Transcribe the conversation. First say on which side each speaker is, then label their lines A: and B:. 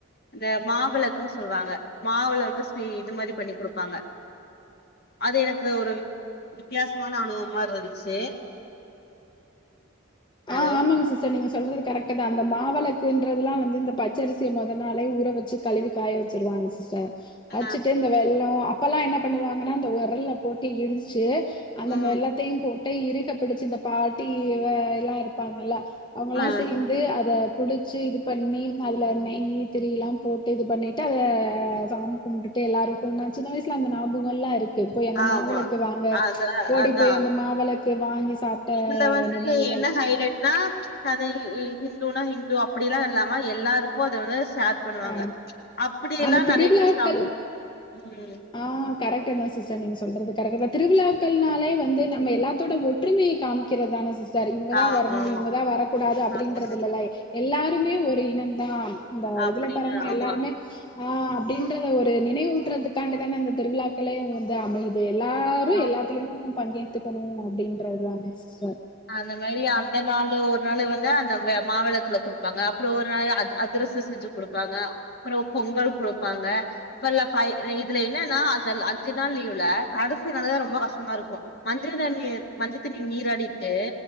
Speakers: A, on the left; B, on the left.
A: இந்த மாவிளக்குன்னு சொல்லுவாங்க மாவுள வந்து ஸ்வி இது மாரி பண்ணி குடுப்பாங்க அது எனக்கு ஒரு வி வித்தியாசமான அனுபவமாருந்துச்சு
B: ஆ
A: ஹலோ
B: ஆமாங்க சிஸ்டர் சிஸ்டர் நீங்க சொல்றது கரெக்டுதா அந்த மாவெலக்குன்றதுலா வந்து இந்த பச்சரிசிய மொத நாளே ஊற வச்சு கழுவி காய வச்சிருவாங்க சிஸ்டர்
A: ஆ
B: வச்சிட்டு இந்த வெல்லோ அப்பல்லா என்ன பண்ணுவாங்கன்னா இந்த வொரல்ல போட்டு இடிச்சு அந்த
A: ம்
B: வெல்லத்தையு போட்டு இறுக பிடிச்சு இந்த பாட்டி ஆ எல்லா இருப்பாங்கல்ல அவங்கெல்லா
A: ம்
B: சேந்த் அத புடிச்சு இது பண்ணி அதுல நெய் திரிலா போட்டு இது பண்ணிட்டு அத சா கும்பிட்டுட்டு எல்லாருக்கும் நா சின்னவயசல அந்த ஞாபகல்லா இருக்கு போய் அந்த
A: ஆமா
B: மாவிளக்கு வாங்க
A: அதா
B: ஓடி
A: அதா
B: போய் அந்த மாவளக்கு வாங்கி சாப்ட்ட
A: இதுல வந்து
B: நினைவு
A: என்ன ஹைலைட்னா அது ஹிந்துனா ஹிந்து அப்டிலா யில்லாம எல்லாருக்கு அத வந்து ஷேர் பண்ணுவாங்க
B: ஆ
A: அப்டில்லா
B: அந்த திருவிழாக்கள்
A: நெறைய பேர் சாப்ட ம்
B: ஆ கரெக்ட் தா சிஸ்டர் நீங்க சொல்றது கரெக்ட் தா திருவிழாக்கள்னாலே வந்து நம்ம எல்லாத்தோட ஓட் ஒற்றுமைய காமிக்கிறதான சிஸ் சர் இவங்கதா
A: ஆமா
B: வரணு
A: ஆமா
B: இவங்கதா வரக்கூடாது அப்டின்றது
A: ஆமா
B: இல்லல எல்லாருமே ஒரு இனம் தா இந்த
A: அப்டின்னு
B: இதுல பெறந்தவங்க
A: ஆமா
B: எல்லாருமே ஆ அப்டின்றத ஒரு நினைவூட்டுறதுக்கு அதுக்காண்டி தான அந்த திருவிழாக்களே வந்து அமையுது எல்லாரு
A: ஆ
B: எல்லாத்துலயு பங்கேத்துக்கணு அப்டின்றது தான சிஸ்டர்
A: அந்த மாரி அந்த நாளு ஒரு நாள் வந்து அந்த மாவிளக்குல குடுப்பாங்க அப்றம் ஒரு நாள் அது அதுரசம் செஞ்சு குடுப்பாங்க அப்றோ பொங்கல் குடுப்பாங்க அப்பல்ல ப இ இதுல என்னன்னா அந்த அஞ்சு நாள் லீவுல கடசி நாளுதா ரொம்போ கஷ்டமாருக்கு மஞ்ச தண்ணீர் மஞ்சத்தண்ணி நீராடிட்டு